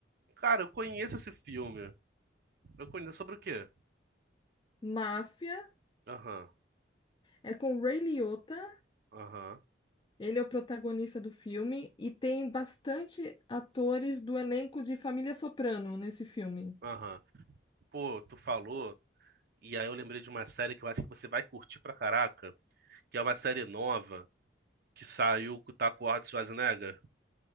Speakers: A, on the right; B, on the left.
A: Cara, eu conheço esse filme. Eu conheço sobre o quê?
B: Máfia
A: Aham,
B: é com o Ray Liotta.
A: aham,
B: Ele é o protagonista do filme e tem bastante atores do elenco de Família Soprano nesse filme.
A: aham. Pô, tu falou, e aí eu lembrei de uma série que eu acho que você vai curtir pra caraca, que é uma série nova que saiu com o Taco Arnold Schwarzenegger.